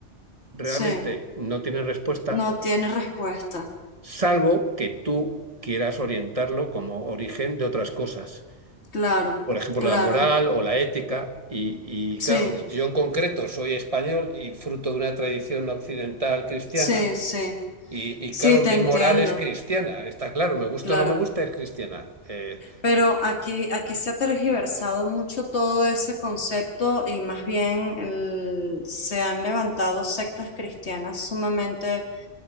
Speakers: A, on the right (about 30°); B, on the left (about 65°).
A: realmente
B: sí,
A: no tiene respuesta
B: no tiene respuesta.
A: salvo que tú quieras orientarlo como origen de otras cosas.
B: Claro,
A: Por ejemplo,
B: claro,
A: la moral o la ética. Y, y,
B: sí,
A: claro, yo en concreto soy español y fruto de una tradición occidental cristiana.
B: sí, sí,
A: Y, y,
B: sí,
A: claro,
B: te
A: mi
B: entiendo,
A: moral es cristiana, está claro, me gusta
B: claro.
A: o no me gusta, es cristiana. Eh,
B: Pero aquí, aquí se ha tergiversado mucho todo ese concepto y más bien el- se han levantado sectas cristianas sumamente